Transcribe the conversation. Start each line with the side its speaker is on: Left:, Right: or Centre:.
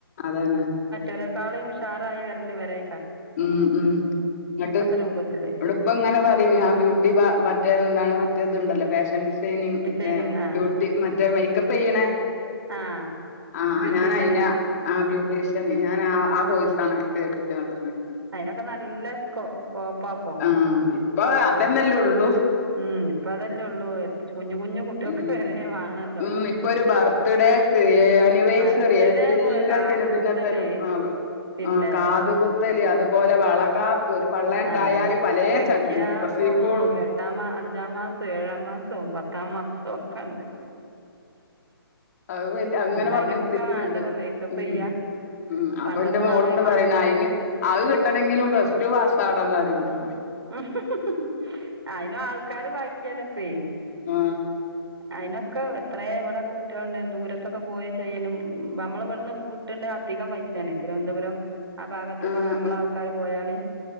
Left: അതന്നെ.
Right: ഇവരേക്കാളീം ഉഷാറായി വര്ല്ല് ഇവരേ
Left: ഉം ഉം ങ്ങട്ട്
Right: രൂപത്തില്
Left: ഇവള് ഇപ്പങ്ങനെ പറിം ഞാൻ ബ്യൂട്ടി ബ മറ്റേ എന്താണ് മറ്റേതുണ്ടല്ലോ ഫാഷൻ ഡിസ ഡൈനി
Right: ഡിസൈനിങ്
Left: മറ്റേ
Right: ആഹ്
Left: ബ്യൂട്ടി മറ്റേ മേക്കപ്പ് ചെയ്യണേ
Right: ആഹ്
Left: ആ.
Right: ബ്യൂട്ടീഷ്യന്
Left: ഞാൻ അയിന ആ ബ്യൂട്ടീഷൻ ഞാൻ ആ കോയിസ് ആണ് എടുക്ക എടുക്ക ന്നർഞ്ഞ
Right: അയിതിനൊക്കെ നല്ല സ്കോ കോപ്പാ പോ.
Left: ആഹ് ഇപ്പൊ അതന്നെല്ലേ ഉള്ളൂ
Right: ഉം ഇപ്പൊ അതല്ലേ ഒള്ളൂ. കുഞ്ഞു കുഞ്ഞു കുട്ടിയാക്ക്
Left: ഉം
Right: വരെ വാണല്ലോ.
Left: ഉം ഇപ്പൊ ഒരു ബർത്ത്ഡേക്ക് ആനിവേഴ്സറി
Right: ബർത്ത്ഡേ
Left: എല്ലാത്തിനും
Right: പോയ കാത്
Left: പിന്നെ
Right: കുത്തല്
Left: തരും ആഹ്
Right: പിന്നെ
Left: ആഹ് കാത് കുത്തല് അതുപോലെ വളക്കാപ്പ് ഒരു പള്ള ഉണ്ടായാല്
Right: ആ യെത്തക്കയാ
Left: പലേ ചടങ്ങും പ്രസവിക്കോളും
Right: ഇപ്പ ഉം. എട്ടാ അഞ്ചാം മാസം ഏഴാം മാസവും പത്താം മാസം ഒക്കെണ്ട്.
Left: അത് വല് അങ്ങനെ
Right: അയിനൊക്കെ
Left: പറഞ്ഞ കുത്തിര്ക്ക്ണ്ട്.
Right: വേണ്ടപ്പ മേക്കപ്പ്
Left: ഉം.
Right: ചെയ്യാ
Left: ഉം. അപ്പൊ
Right: പണ്ടത്തെ
Left: എന്റെ മോള്ണ്ട്
Right: മാതിരി മാ
Left: പറയണു അതിന് അത് കിട്ടണെങ്കിലും പ്ലസ്ടു പാസ് ആവണംന്ന് പറയ്ണ്ട്.
Right: ഉം. ഉം. അയിനും ആൾക്കാര് ബാക്കിയാണ്പ്പേയ്.
Left: ആ.
Right: അതിനൊക്കെ എത്രയേ എവിടെയൊക്കെ കുട്ടികളുണ്ട്. ദൂരത്തൊക്കെ പോയി ചെയ്യലും. നമ്മളൾ ഇവിടുന്ന് വിട്ടിട്ട്ണ്ട് അധികം പൈസാണ്. തിരുവനന്തപുരം ആ ഭാഗത്തൊക്കെ
Left: ആഹ്
Right: നമ്മളെ ആൾക്കാര് പോയാല്